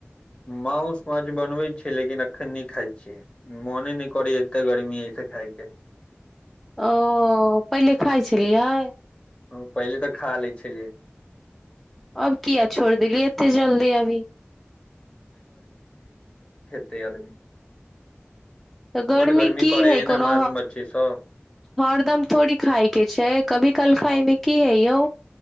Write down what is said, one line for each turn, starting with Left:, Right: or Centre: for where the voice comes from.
Left: माउस माछ बनबै छियै लेकिन एखन नहि खाइ छियै मोने नहि करै एते गर्मी एहि से खायके
Centre: ओ पहिले खाइ छलियै
Left: हां पहिले तऽ खा लय छलियै
Centre: अब किया छोड़ देलिय एते जल्दी अभी
Left: त आदमी
Centre: तऽ गर्मी
Left: बड
Centre: की
Left: करे
Centre: है कोनो
Left: ने मास मच्छी सब
Centre: हरदम थोड़ी खाय के छैइ कभी काल खायमे की हइ यौ